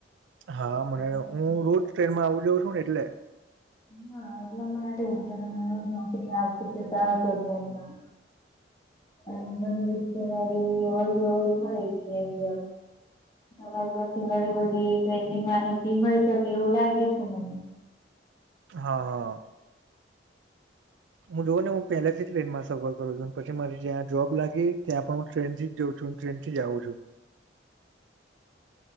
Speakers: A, on the right (about 80°); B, on the left (about 25°).
A: હા મને
B: એટલે તમે
A: હું રોજ ટ્રેનમાં આવું જાઉં છું ને એટલે
B: હા એટલા માટે કે તમે નોકરી આતી કેતાતો એમાં અને ઘણી બધી કેરી અવર જવર મળે છે એમવા <inaudible> અમદાવાદ પાથી ઘણી બધી ટ્રેન ની માહિતી મળી શકે એવું લાગે છે મને
A: હા. હું જોઉં ને હું પહેલેથી જ ટ્રેનમાં સફર કરું છું પછી મારી જ્યાં જોબ લાગી ત્યાં પણ હું ટ્રેન થી જ જાઉં છું. ટ્રેન થી જઉું છું.